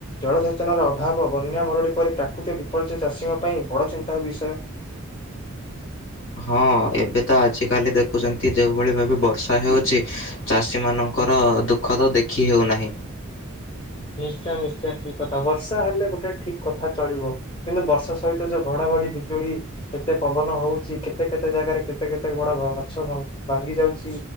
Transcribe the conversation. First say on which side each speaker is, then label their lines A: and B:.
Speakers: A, on the left; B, on the left.
A: ଜଳସେଚନର ଅଭାବ, ବନ୍ୟା, ମରୁଡି ପରି ପ୍ରାକୃତିକ ବିପର୍ଯ୍ୟୟ, ଚାଷୀଙ୍କ ପାଇଁ ବଡ଼ ଚିନ୍ତାର ବିଷୟ।
B: ହଁ। ଏବେ ତ ଆଜିିକାଲି ଦେଖୁଛନ୍ତି ଯୋଉ ଭଳି ଭାବେ ବର୍ଷା ହେଉଚି ଚାଷୀମାନଙ୍କର ଦୁଃଖ ତ ଦେଖି ହେଉନାହିଁ।
A: ନିଶ୍ଚୟ ନିଶ୍ଚୟ ଠିକ କଥା। ବର୍ଷା ହେଲେ ଗୋଟେ ଠିକ କଥା ଚଳିବ କିନ୍ତୁ ବର୍ଷା ସହିତ ଯୋଉ ଘଡଘଡି, ବିଜୁଳି କେତେ ପବନ ହଉଛି, କେତେ କେତେ ଜାଗାରେ କେତେ କେତେ ବଡ ଘ ଗଛ ଭ ଭାଙ୍ଗି ଯାଉଛି